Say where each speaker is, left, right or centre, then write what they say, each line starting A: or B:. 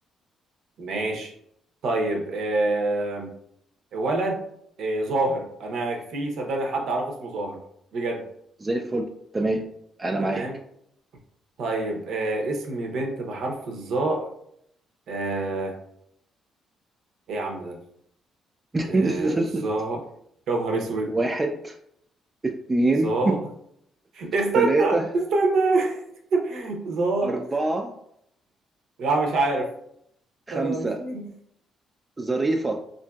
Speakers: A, on the right; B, on the right.
A: ماشي طيب آه ولد آه ظاهر انا في صدقني حد عارف اسمه ظاهر بجد
B: زي الفل تمام انا
A: تمام
B: معاك
A: طيب آه اسم بنت بحرف الظاء آه ايه يا عم ده
B: <laughs>
A: آه ظاء يا نهار اسود
B: واحد اتنين
A: ظاء استنى
B: تلاتة
A: استنى <laughs> ظا
B: أربعة
A: لا مش عارف
B: خمسة
A: يا نهار اسود
B: ظريفة